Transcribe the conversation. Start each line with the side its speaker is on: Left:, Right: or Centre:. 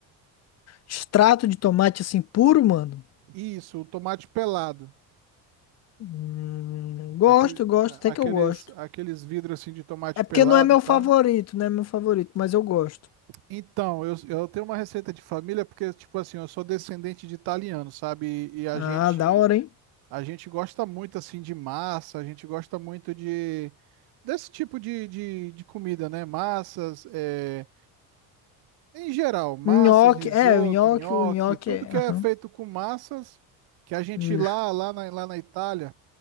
Left: Extrato de tomate assim puro, mano.
Right: Isso, o tomate pelado.
Left: Hum, gosto,
Right: Aquele,
Left: gosto,
Right: a-
Left: até
Right: aqueles,
Left: que eu gosto.
Right: aqueles vidros assim de tomate
Left: É
Right: pelado
Left: porque não é meu
Right: e tal.
Left: favorito, não é meu favorito, mas eu gosto.
Right: Então, eu, eu tenho uma receita de família porque, tipo assim, eu sou descendente de italiano, sabe? E, e a
Left: Ah,
Right: gente,
Left: da hora, hein?
Right: a gente gosta muito, assim, de massa, a gente gosta muito de, desse tipo de, de, de comida, né? Massas, é, em geral, massas,
Left: Nhoque,
Right: risoto,
Left: é, o nhoque,
Right: nhoque,
Left: o nhoque
Right: tudo
Left: é.
Right: que
Left: aham.
Right: é feito com massas, que a gente
Left: Ixi,
Right: lá, lá na, lá na Itália.